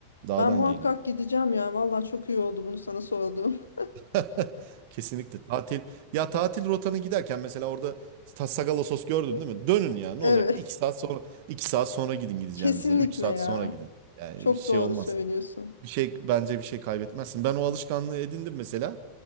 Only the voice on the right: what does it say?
dağdan
geliyor.
<laughs> Kesinlikle tatil. Ya tatil rotanı giderken mesela orada Ta- Sagalassos gördün değil mi? Dönün yani ne
olacak? Bir iki saat sonra iki saat sonra gidin gideceğiniz
yere. Üç saat
sonra gidin. Yani
bir şey
olmaz.
bir şey bence bir şey kaybetmezsin. Ben o alışkanlığı edindim mesela.